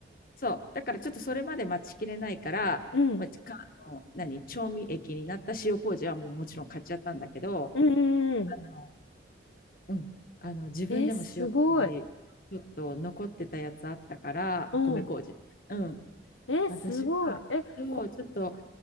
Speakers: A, on the left; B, on the left.
A: そう。だからちょっとそれまで待ちきれないから、
B: うん、
A: まあ、かあの何、調味液になった塩麹はもうもちろん買っちゃったんだけど、
B: うん、うんうん
A: あの、うん、あの自分でも塩麹、
B: え、すごい。
A: ちょっと残ってたやつあったから、
B: うん、
A: あ、米麹。うん。
B: え、
A: 私は、
B: すごい。え、
A: そう、
B: こ、
A: ちょっと、